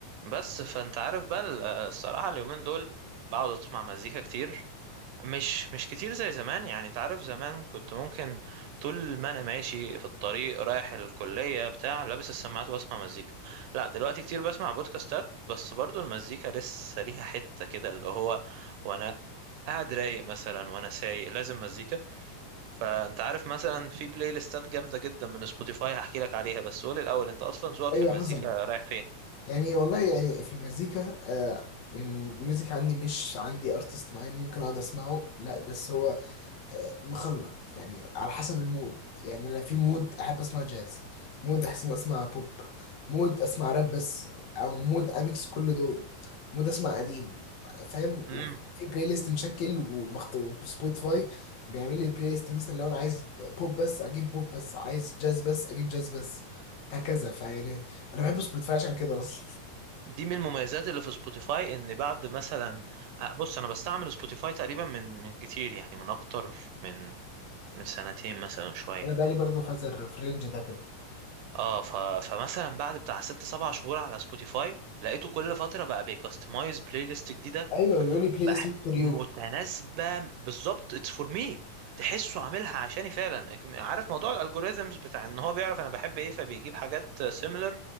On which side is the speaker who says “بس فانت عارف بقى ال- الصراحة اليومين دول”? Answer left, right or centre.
Right